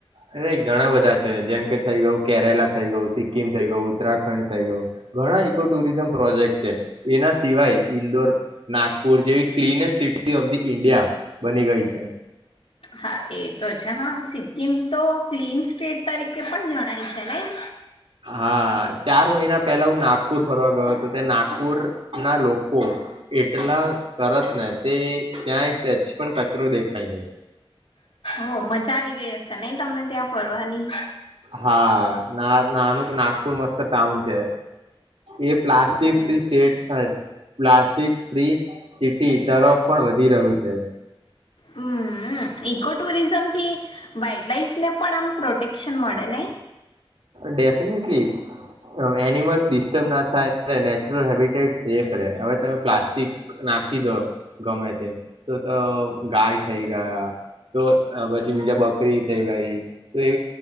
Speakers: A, on the right (about 75°); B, on the left (about 80°).
A: અરે ઘણા બધા છે જેમ કે થઈ ગય કેરેલા થઈ ગયું સિક્કિમ થઈ ગયું ઉત્તરાખંડ થઈ ગયું ઘણા ઈકો ટુરિઝમ પ્રોજેક્ટ છે એના સિવાય ઈન્દોર નાગપુર જેવી cleanest city of the India બની ગઈ છે
B: હા એ તો છે હા સિક્કિમ તો ક્લીન સ્ટેટ તરીકે પણ જણાય છે ને એમ
A: હા ચાર મહિના પેલા હું નાગપુર ફરવા ગયો હતોું તે નાગપુર ના લોકો એટલા સરસ ને તે ત્યાંય સછ પણ કચરો દેખાય નહીં
B: હો મજા આવી ગઈ હશે નહી તમને ત્યાં ફરવાની
A: હા ના નાનું કે નાગપુર મસ્ત ટાઉન છે એ પ્લાસ્ટિક
B: ઓહ.
A: ફ્રી સ્ટેટ હ પ્લાસ્ટસ્ટિક ફ્રી્રી સિટી તરફ પણ વધી રહ્યું છે
B: હમ ઈકો ટુરિઝમ થી વાઈલ્ડ લાઈફ ને પણ આમ પ્રોટેક્શન મળે નહ
A: ડેફિનેટલી એનિમલ્સ ડિસ્ટર્બ ના થાય નેચરલ હેબિટેટ સેફ રહે હવે તમે પ્લાસ્ટિક નાખી દો ગમે તે તો તો ગાય થઈ ગયા તો પછી બીજા બકરી થઈ ગઈ તો એ